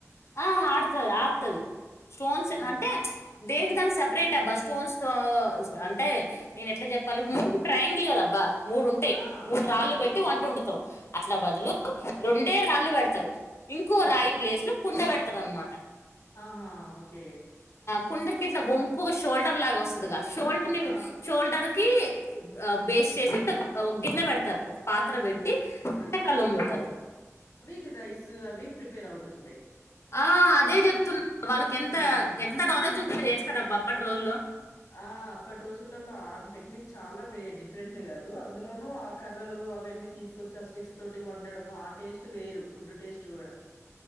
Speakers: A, on the left; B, on the left.
A: ఆ ఆడుతది ఆపుతది, స్టోన్స్
B: హ్మ్.
A: అంటే దేనిక్ దానికి సెపరేట్ అబ్బ స్టోన్స్ తో అంటే నేనెట్ల చెప్పాలి మూడు ట్రయాంగిల్ గదబ్బా మూడుంటయి
B: ఆ!
A: మూడు రాళ్ళు
B: ఓకే.
A: పెట్టి వంట వండుతం, అట్ల బదులు
B: ఆ!
A: రెండే రాళ్ళు బెడతరు ఇంకో
B: ఓకే.
A: రాయి ప్లేస్ లో కుండ బెడతరన్నమాట.
B: ఆహా ఓకే
A: కుండకిట్ల వంపుగా షోల్డర్ లాగ వస్తదిగా, షోల్డర్ ని
B: ఆ!
A: షోల్డర్ కి ఆ బేస్ చేసి పె ఒగిన్నె బెడతారు ఒక్ పాత్ర బెట్టి
B: ఓ
A: వంటకాలమ్ముతాడు
B: ట్ రైస్ అవి ప్రిపేర్ అవుతుంటయి
A: ఆ అదే జెప్తున్నా వాళ్ళకేంత
B: హ్మ్.
A: ఎంత నాలెడ్జ్ ఉంటె అట్ల జేస్తరబ్బా, అప్పటి రోజుల్లో
B: ఆ అప్పటి రోజుల్లల్లో ఆ టెక్నిక్ చాలా వే డిఫరెంట్ గదు అందులోనూ ఆ కర్రలు లు అవన్నీ తీసుకొచ్చి ఆ స్టిక్స్ తోటి వండడము ఆ టేస్ట్ వేరు ఫుడ్ టేస్ట్ గుడా